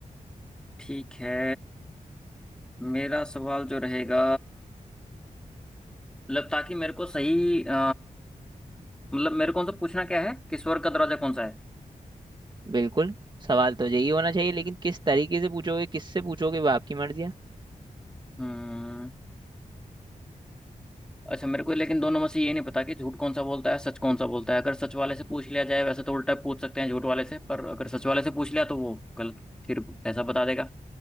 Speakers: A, in the centre; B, on the right (about 30°).
A: ठीक है मेरा सवाल जो रहेगा मतलब ताकि मेरे को सही अ, मतलब मेरे को उनसे पूछना क्या है कि स्वर्ग का दरवाजा कौन सा है
B: बिल्कुल सवाल तो यही होना चाहिए लेकिन किस तरीके से पूछोगे किससे पूछोगे वो आपकी मर्जी है
A: हम्म अच्छा मेरे को लेकिन दोनों में से ये नहीं पता कि झूठ कौन सा बोलता है सच कौन सा बोलता है अगर सच वाले से पूछ लिया जाए वैसे तो उल्टा पूछ सकते हैं झूठ वाले से पर अगर सच वाले से पूछ लिया तो वो गलत फिर ऐसा बता देगा